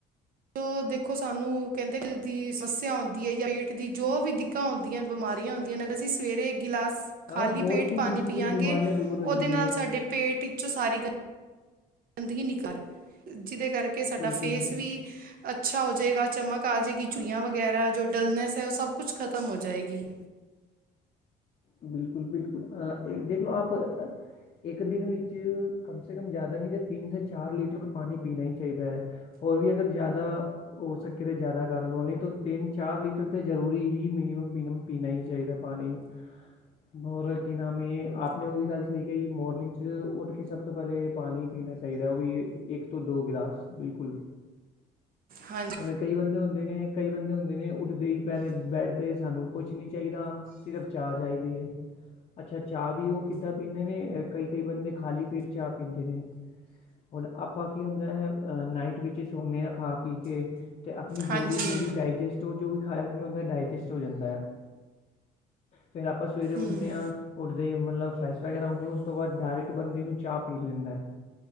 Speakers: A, on the right; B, on the left.
A: ਜੋ ਦੇਖੋ ਸਾਨੂੰ ਕਹਿੰਦੇ ਨੇ ਦਿਲ ਦੀ ਸਮੱਸਿਆ ਆਉਂਦੀ ਹੈ ਜਾਂ ਪੇਟ ਦੀ ਜੋ ਵੀ ਹੁੰਦੀਆਂ ਬਿਮਾਰੀਆਂ ਹੁੰਦੀਆਂ ਨੇ ਅਗਰ ਅਸੀਂ ਸਵੇਰੇ ਗਿਲਾਸ ਖਾਲੀ
B: ਹਾਂ ਬਹੁਤ
A: ਪੇਟ
B: ਸੀ
A: ਪਾਣੀ
B: ਡਿਸੀਜ਼
A: ਪੀਆਗੇ
B: ਬਿਮਾਰੀਆਂ ਦੂਰ ਹੋ
A: ਉਹਦੇ
B: ਜਾਂਦੀ
A: ਨਾਲ
B: ਹੈ
A: ਸਾਡੇ ਪੇਟ ਵਿੱਚੋਂ ਸਾਰੀ ਗ ਗੰਦਗੀ ਨਹੀਂ ਕਰ ਜਿਹਦੇ ਕਰਕੇ ਸਾਡਾ
B: ਬਿਲਕੁਲ
A: ਫੇਸ ਵੀ। ਅੱਛਾ ਹੋ ਜਾਏਗਾ ਚਮਕ ਆ ਜਾਏਗੀ ਝੁਰੜੀਆਂ ਵਗੈਰਾ ਜੋ ਡਲਨੈਸ ਹੈ ਉਹ ਸਭ ਕੁਛ ਖ਼ਤਮ ਹੋ ਜਾਏਗੀ
B: ਬਿਲਕੁਲ ਬਿਲਕਲ ਦੇਖ ਲਓ ਆਪ ਇੱਕ ਦਿਨ ਵਿੱਚ ਕਮ ਸੇ ਕਮ ਜ਼ਿਆਦਾ ਨਹੀਂ ਜਾਂ ਤਿੰਨ ਸ ਚਾਰ ਲੀਟਰ ਪਾਣੀ ਪੀਣਾ ਹੀ ਚਾਹੀਦਾ ਹੈ ਹੋਰ ਵੀ ਅਗਰ ਜ਼ਿਆਦਾ ਹੋ ਸਕੇ ਤਾਂ ਜ਼ਿਆਦਾ ਕਰ ਲਉ ਨਹੀਂ ਤਾਂ ਤਿੰਨ ਚਾਰ ਲੀਟਰ ਤਾਂ ਜ਼ਰੂਰੀ ਹੀ ਮਿਨੀਮਮ ਬਿਨਮਮ ਪੀਣਾ ਹੀ ਚਾਹੀਦਾ ਪਾਣੀ ਹੋਔਰ ਕੀ ਨਾਮ ਹੈ ਆਪਣੇ ਉਹ ਵੀ ਗੱਲ ਸਹੀ ਕਹੀ ਮੋਰਨਿੰਗ 'ਚ ਉੱਠ ਕੇ ਸਭ ਤੋਂ ਪਹਿਲਲੇ ਪਾਣੀ ਪੀਣਾਾਹੀ ਚਾਹੀਦਾ ਉਹ ਇਕ ਤੋਂ ਦੋ ਗਲਾਸ ਬਿਲਕੁਲ
A: ਹਾਂਜੀ
B: ਉਣੇ ਕਈ ਬੰਦੇ ਹਦੇ ਨੇ ਕਈ ਬੰਦੇ ਹੁੰਦੇ ਨੇ ਉੱਠਦੇ ਹੀ ਪਹਿਲੇ ਬੈਡ 'ਤੇ ਸਾਨੂੰ ਕੁਛ ਨਹੀਂ ਚਾਹੀਦਾ ਸਿਰਫ਼ ਚਾਹ ਚਾਹੀਦੀ ਹੈ ਅੱਛਾ ਚਾਹ ਵੀ ਉਹ ਕਿੱਦਾਂ ਪੀਂਦੇ ਨੇ ਕਈ ਕਈ ਬੰਦੇ ਖਾਲੀ ਪੇਟ ਚਾਹ ਪੀਂਦੇ ਨੇ ਹੁਣ ਆਪਾਂ ਕੀ ਹੁੰਦਾ ਹੈ ਨਾਈਟ ਵਿੱਚ ਸੋਦੇ ਹਾਂ ਖਾ ਪੀ ਕੇ ਅਤੇ ਆਪਣੀ
A: ਹਾਂਜੀ
B: ਬੋਡੀ ਪੂਰੀ ਡਾਈਜੈਸਟ ਹੋ ਜੋ ਵੀ ਖਾਇਆ ਪੀਦਾ ਡਾਇਾਈਜੈਸਟ ਹੋ ਜਾਂਦਾ ਹੈ ਫਿਰ ਆਪਾਂ ਸਵੇਰੇ ਉੱਠਣੇ
A: ਹੂੰ
B: ਹਾਂ ਉੱਡਦੇ ਮਤਲਬ ਫਰੈਸ਼ ਵਗੈਰਾ ਹੁੰਦੇ ਉਸ ਤੋਂ ਬਾਅਦ ਡਾਇਰੈਕਟ ਬੰਦੇ ਨੂੰ ਚਾਹ ਪੀ ਲੈਂਦਾ